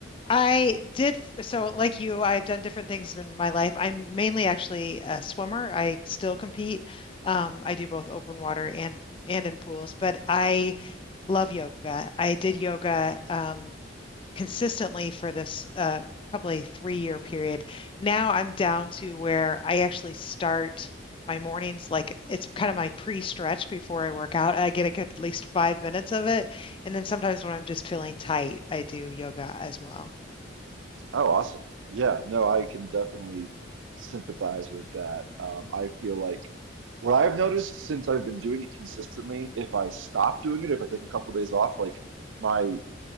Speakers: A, on the left (about 25°); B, on the right (about 80°).
A: I did. So, like you, I've done different things in my life. I'm mainly actually a swimmer. I still compete. Um, I do both open water and and in pools, but I love yoga. I did yoga. Um, consistently for this uh, probably three year period. Now I'm down to where I actually start my mornings like it's kind of my pre-stretch before I work out. I get a good at least five minutes of it. And then sometimes when I'm just feeling tight, I do yoga as well.
B: Oh, awesome. Yeah, no, I can definitely sympathize with that. Um, I feel like what I've noticed since I've been doing it consistently, if I stop doing it, if I take a couple days off, like my